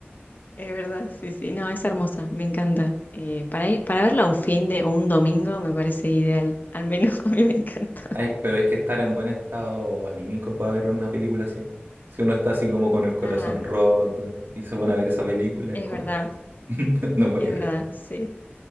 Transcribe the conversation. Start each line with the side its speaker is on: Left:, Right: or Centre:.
Left: Es verdad, sí, sí. No, es hermosa. Me encanta. Eh, para ir, para verla un fin de o un domingo me parece ideal. Al menos <laughs> a mí me encanta.
Right: Hay- pero hay que estar en buen estado anímico para ver una película así. Si uno está así como con el corazón
Left: Ah,
Right: roto y se pone a ver esa película, es
Left: es
Right: como
Left: verdad,
Right: que <laughs> no es buena
Left: es
Right: idea.
Left: verdad, sí.